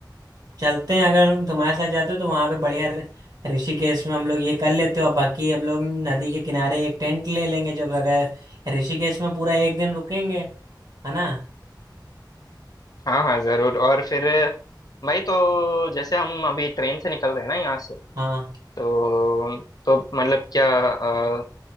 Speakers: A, on the right; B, on the left.
A: चलते हैं अगर तुम्हारे साथ जाते हो तो वहां पे बढ़िया र- ऋषिकेश में हम लोग ये कर लेते हो और बाकी हम लोग नदी के किनारे एक टेंट ले लेंगे जब अगर ऋषिकेश में पूरा एक दिन रुकेंगे है ना
B: हाँ हाँ जरूर और फिर भाई तो जैसे हम अभी ट्रेन से निकल रहे हैं ना यहाँ से
A: हाँ
B: तो तो मतलब क्या अ,